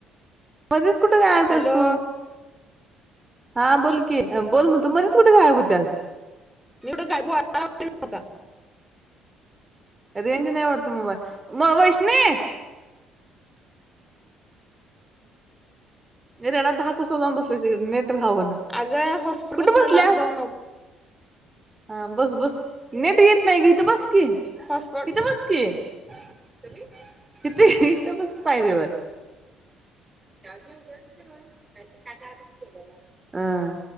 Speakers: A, on the right; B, in the centre.
A: मध्येच कुठे गायब
B: हॅलो
A: होतेस तू? हा, बोल की बोल म तू मध्येच कुठे गायब होत्यास?
B: मी एवढं काय <inaudible>
A: रेंज नाही वाटत मोबाईल म वैष्णे ते रेडा दहा कोसाव जाऊन बसलंय तिकडं ने घावना,
B: अगं हॉस्पिटल
A: कुठे
B: पासून
A: बसल्यास?
B: लांब जाऊ नको
A: ह बस! बस! नेट येत नाय ग, हितं बस की!
B: हॉस्पिट
A: हितं बस की! हितं व्हयं? हितं हितं बस की पायरीवर <inaudible> <inaudible> मी काल डाळ भात केलेला. हं